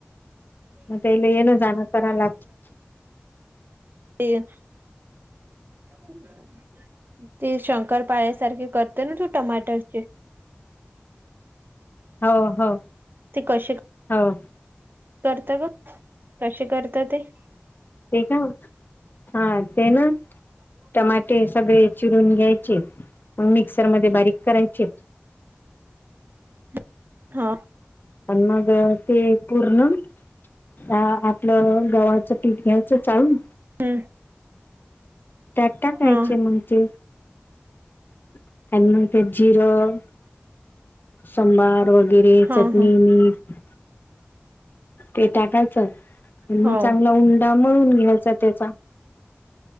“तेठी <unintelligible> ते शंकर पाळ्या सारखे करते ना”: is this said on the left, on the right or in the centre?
Right